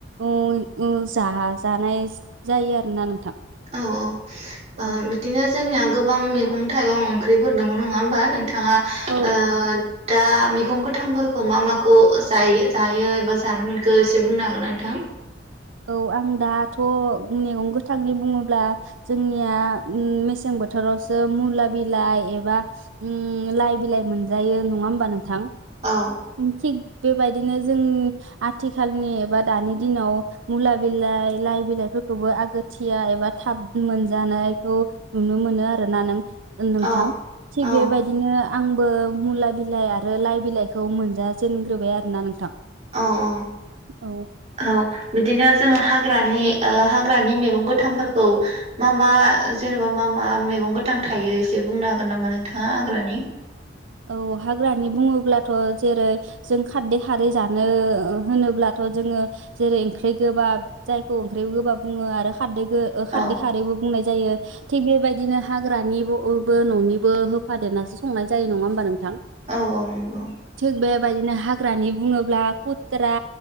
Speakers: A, on the right; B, on the right.
A: उम उम जा जानाय जायो आरोना नोंथां।
B: औ औ
A: औ
B: ओ बिदिनो जोंनिया गोबां मैगं थाइगं ओंख्रिफोर दङ नङा होमबा नों। बिथाङा
A: औ
B: ओ। दा मैगं गोथांफोरखौ मा माखौ जायो जायो एबा जानो मोनखो एसे बुंनो हागोन नोंथां।
A: औ आं दाथ' मैगं गोथांनि बुङोब्ला जोंनिया उम मेसें बोथोरावसो मुला बिलाइ उम एबा लाइ बिलाइ मोनजायो नङा होमबा नोंथां।
B: औ
A: ओम थिग बेबायदिनो जों आथिखालनि एबा दानि दिनाव मुला बिलाइ लाइ बिलाइफोरखौबो आगोथिया एबा थाब मोनजानायखौ नुनो मोनो आरोना नों नोंथां
B: औ
A: थिग
B: औ
A: बेबायदिनो। आंबो मुला बिलाइ आरो लाइ बिलाइखौ मोनजााजेनग्रोबाय आरोना नोंथां।
B: औ औ
A: औ
B: औ बिदिनो। जोङो हाग्रानि ओ हाग्रानि मेगं गोथांफोरखौ मा मा जेनेबा मा मा मेगं गोथां थायो एसे बुंनो हागोन नामा नोंथाङा हाग्रानि?
A: औ हाग्रानि बुङोब्लाथ' जेरै जों खारदै खारै जानो होनोब्लाथ' जोङो जेरै ओंख्रै गोबाब जायखौ ओंख्रै गोबाब बुङो आरो खारदै। ओ
B: औ
A: खारदै खारैबो बुंनाय जायो थिग बेबाय। दिनो हाग्रानिबो न'निबो होफादेरनासो संनाय जायो नङा। थां
B: औ औ नंगौ
A: थिग बेबायदिनो हा। ग्रानि बुङोब्ला खुथ्रा।